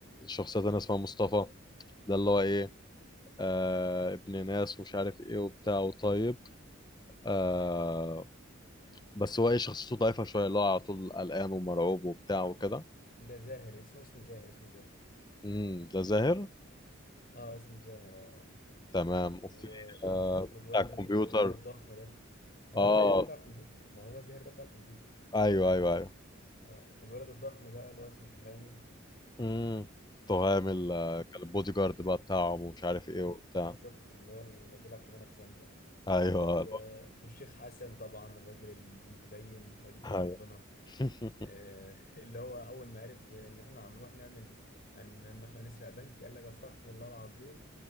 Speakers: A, on the left; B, on the left.
A: شخصية تانية اسمها مصطفى ده اللي هو ايه آه ابن ناس ومش عارف ايه وبتاع وطيب آه بس هو ايه شخصيته ضعيفة شوية اللي هو على طول قلقان ومرعوب وبتاع وكده
B: ده زاهر اسمه اسمه زاهر اسمه زاهر
A: امم ده زاهر
B: اه اسمه زاهر اه اه
A: تمام وفي
B: و...
A: آه
B: و- والولد
A: بتاع الكمبيوتر
B: ال- اللي هو الضخم ده ما
A: اه
B: هو زاهر ده بتاع الكمبيوتر ما هو زاهر ده بتاع الكمبيوتر
A: ايوه ايوه ايوه
B: اه الولد الضخم بقى اللي هو اسمه تهامي
A: امم تهام ال- آه، كان البودي جارد بقى بتاعهم ومش عارف ايه
B: اه
A: وبتاع
B: بالظبط اللي هو اللي بيلعب كمال اجسام ده
A: ايوه
B: و... والشيخ حسن طبعا الراجل المتدين الراجل بتاع
A: ايوه
B: ربنا
A: <laughs>
B: آه، <laughs> اللي هو اول ما عرف ان احنا هنروح نعمل هن... هنخ- هنسرق بنك قال لك استغفر الله العظيم